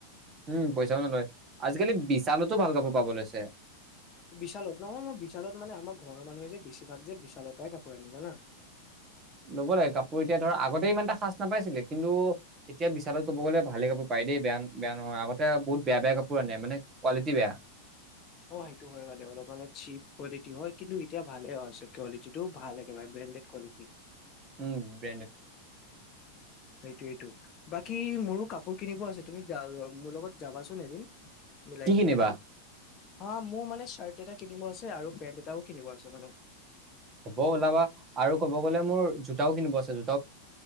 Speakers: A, on the right; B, on the left.
A: উম পইচাও নলয় আজিকালি বিশালতো ভাল কাপোৰ পাবলৈছে
B: বিশালত নহয় মোৰ বিশালত মানে আমাৰ ঘৰৰ মানুহে যে বছিভাগ যে বিশালতাই কাপোৰ আনিনে জানা
A: ল'ব লাগে কাপোৰ এতিয়া ধৰ আগতে ইমান এটা সাঁচ নাপাইছিলে কিন্তু এতিয়া বিশালত ক'ব গ'লে ভালেই কাপোৰ পায় দেই বেয়া বেয়া নহয় আগতে বহুত বেয়া বেয়া কাপোৰ আনে মানে কোৱালি বেয়া
B: অ', সেইটো হয় মানে অলপ অলপ চিপ কোৱালিটি হয় কিন্তু এতিয়া ভালে হৈছে কোৱালিটি টো ভাল একে ম ব্ৰানণ্ডেড কালিটি
A: উম বেন
B: সেইটো ইটো বাকী মোৰো কাম কিনিব আছে তুমি য মোৰ লগত যাবাচোন এদিন মিলাই
A: কি কিনিবা
B: কিনি অ', মোৰ মানে চাৰ এটা কিনিব আছে আৰু পেণ্ট এটাও কিনিব আছে মানে
A: হ'ব ওলাবা আৰু ক'ব গ'লে মোৰ জোতাও কিনিব আছে জোতা